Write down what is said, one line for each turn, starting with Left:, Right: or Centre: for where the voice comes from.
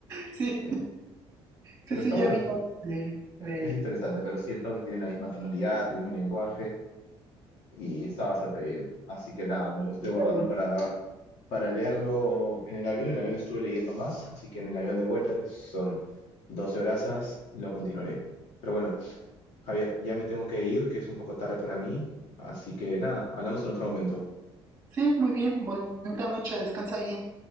Right: Sí,
Left: sí.
Right: sí,
Left: Pero
Right: sí,
Left: está bueno,
Right: ya vi de, de
Left: eh, es
Right: él,
Left: interesante, pero siento que tiene la misma tonalidad, el mismo lenguaje y está bastante bien. Así que nada, me lo estoy
Right: completamente.
Left: guardando para, para leerlo en el avión. En el avión estuve leyendo más, así que en el avión de vuelta, que son 12 horas, lo continuaré. Pero bueno, Javier, ya me tengo que ir, que es un poco tarde para mí, así que nada, hablamos en otro momento.
Right: Sí, muy bien. Bonita noche. Descansa bien.